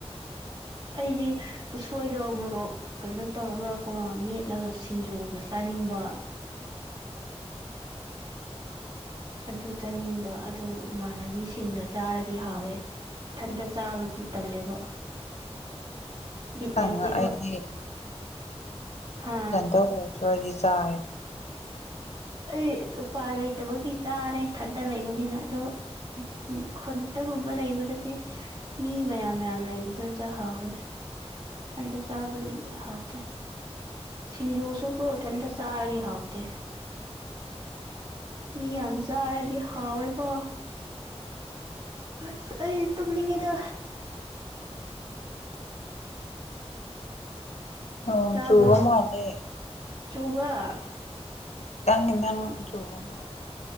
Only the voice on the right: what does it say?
ꯑꯩꯗꯤ ꯎꯁꯣꯏ ꯗꯣ ꯃꯣꯔꯣꯛ ꯀꯩꯅꯣ ꯇꯧꯔꯒꯀꯣ ꯃꯦꯠꯂꯒ ꯁꯤꯡꯖꯨꯒ ꯆꯥꯅꯤꯡꯕ ꯑꯗꯨ ꯆꯥꯅꯤꯡꯕ ꯑꯗꯨ ꯏꯃꯥꯟꯅꯕꯤꯁꯤꯡꯒ ꯆꯥꯔꯗꯤ ꯍꯥꯎꯋꯦ ꯏꯊꯟꯇ ꯆꯥꯕꯗꯤ ꯇꯜꯂꯦꯕ
ꯕꯤꯠ
ꯂꯩꯇꯦꯕ
ꯍꯥ
ꯑꯩ ꯂꯨꯄꯥꯏ ꯂꯩꯇꯕꯒꯤ ꯆꯥꯔꯦ ꯏꯊꯟꯇ ꯂꯩꯕꯅꯤꯅ ꯑꯗꯣ ꯎ ꯈꯟꯗꯒꯨꯝꯕ ꯂꯩꯕꯗꯗꯤ ꯃꯤ ꯃꯌꯥꯝ ꯃꯌꯥꯝ ꯂꯩꯕꯗꯨꯗ ꯍꯥꯎꯋꯦ ꯏꯊꯟꯗ ꯆꯕꯗꯗꯤ ꯍꯥꯎꯇꯦ ꯁꯤꯡꯖꯨꯁꯨꯀꯣ ꯏꯊꯟꯇ ꯆꯥꯔꯤꯗꯤ ꯍꯥꯎꯇꯦ ꯃꯤ ꯌꯥꯝ ꯆꯥꯔꯗꯤ ꯍꯥꯎꯋꯦ ꯀꯣ ꯑꯁ ꯑꯩ ꯇꯨꯝꯅꯤꯡꯉꯦꯗ
ꯇꯥꯕꯣ
ꯆꯨꯕ꯭ꯔꯥ